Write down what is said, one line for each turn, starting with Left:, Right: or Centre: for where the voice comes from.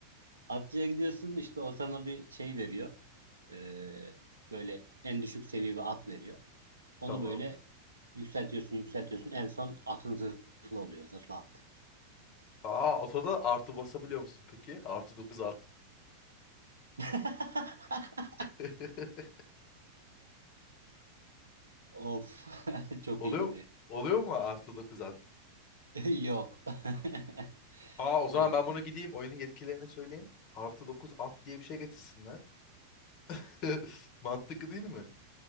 Right: Atçıya gidiyorsun işte o sana bir şey veriyor. Ee, böyle en düşük seviye bir at veriyor. Onu
Left: Tamam.
Right: böyle Yükseltiyorsun, yükseltiyorsun. En son atın zırhlı oluyor. Zırhlı at.
Left: Aa atoda artı basabiliyor musun peki? Artı 9 at.
Right: <laughs>
Left: <laughs>
Right: Of. <laughs> Çok
Left: Oluyor
Right: iyiydi bu espri.
Left: oluyor mu artı 9 at?
Right: <laughs> Yok. <laughs>
Left: Aa o zaman
Right: Öyle bir-
Left: ben bunu gideyim oyunun yetkililerine söyleyeyim. Artı 9 at diye bir şey getirsinler. <laughs> Mantıklı değil mi?